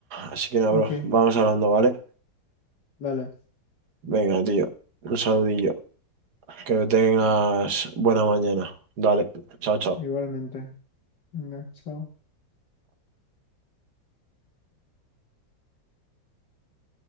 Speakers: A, on the right (about 60°); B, on the left (about 65°).
A: Así que nada,
B: ok,
A: bro. Vamos hablando, ¿vale?
B: dale,
A: Venga, tío. Un saludillo. Que tengas buena mañana. Dale. Chao, chao.
B: igualmente. Venga, chao.